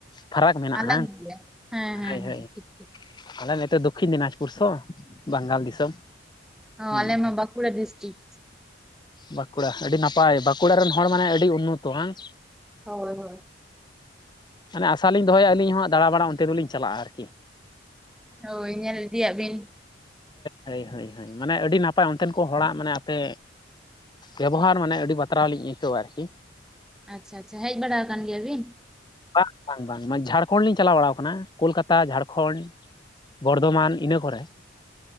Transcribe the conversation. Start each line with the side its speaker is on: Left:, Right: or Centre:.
Left: ᱯᱷᱟᱨᱟᱠ ᱢᱮᱱᱟᱜᱼᱟ
Centre: ᱟᱞᱟᱜᱽ ᱜᱮᱭᱟ ᱦᱮᱸ ᱦᱮᱸ
Left: ᱦᱮ
Centre: ᱦᱮᱸ
Left: ᱦᱳ ᱦᱮ
Centre: ᱴᱷᱤᱠ
Left: ᱟᱞᱮ ᱱᱤᱛᱚᱜ ᱫᱚ ᱫᱚᱠᱠᱷᱤᱱ ᱫᱤᱱᱟᱡᱽᱯᱩᱨ ᱥᱚ ᱵᱟᱝᱜᱟᱞ ᱫᱤᱥᱚᱢ
Centre: ᱦᱚ
Left: ᱦᱩᱸ
Centre: ᱟᱞᱮ ᱢᱟ ᱵᱟᱹᱠᱩᱲᱟ ᱰᱤᱥᱴᱤᱠ
Left: ᱵᱟᱸᱠᱩᱲᱟ ᱟᱹᱰᱤ ᱱᱟᱯᱟᱭ ᱵᱟᱸᱠᱩᱲᱟ ᱨᱮᱱ ᱦᱚᱲ ᱢᱟᱱᱮ ᱟᱹᱰᱤ ᱩᱱᱱᱚᱛᱚ ᱵᱟᱝ
Centre: ᱦᱳᱭ ᱦᱳᱭ
Left: ᱢᱟᱱᱮ ᱟᱥᱟᱞᱤᱧ ᱫᱚᱦᱚᱭᱟ ᱟᱹᱞᱤᱧ ᱦᱟᱸᱜ ᱫᱟᱬᱟᱵᱟᱲᱟ ᱚᱱᱛᱮ ᱫᱚᱞᱤᱧ ᱪᱟᱞᱟᱜᱼᱟ ᱟᱨᱠᱤ
Centre: ᱦᱳᱭ ᱧᱮᱞ ᱤᱫᱟ ᱟᱜ ᱵᱤᱱ
Left: ᱦᱳᱭ ᱦᱳᱭ ᱦᱳᱭ ᱢᱟᱱᱮ ᱟᱹᱰᱤ ᱱᱟᱯᱟᱭ ᱚᱱᱛᱮᱱ ᱠᱚ ᱦᱚᱲᱟᱜ ᱢᱟᱱᱮ ᱟᱯᱮ ᱵᱮᱵᱚᱦᱟᱨ ᱢᱟᱱᱮ ᱟᱹᱰᱤ ᱵᱟᱛᱨᱟᱣ ᱞᱤᱧ ᱟᱹᱭᱠᱟᱹᱣᱟ ᱟᱨᱠᱤ
Centre: ᱟᱪᱪᱷᱟ ᱟᱪᱪᱷᱟ ᱦᱮᱡ ᱵᱟᱲᱟ ᱟᱠᱟᱱ ᱜᱮᱭᱟ ᱵᱤᱱ
Left: ᱵᱟᱝ ᱵᱟᱝ ᱵᱟᱝ ᱡᱷᱟᱲᱠᱷᱚᱸᱰ ᱞᱤᱧ ᱪᱟᱞᱟᱣ ᱵᱟᱲᱟᱣ ᱠᱟᱱᱟ ᱠᱳᱞᱠᱟᱛᱟ ᱡᱷᱟᱲᱠᱷᱚᱸᱰ ᱵᱚᱨᱫᱷᱚᱢᱟᱱ ᱤᱱᱟᱹ ᱠᱚᱨᱮ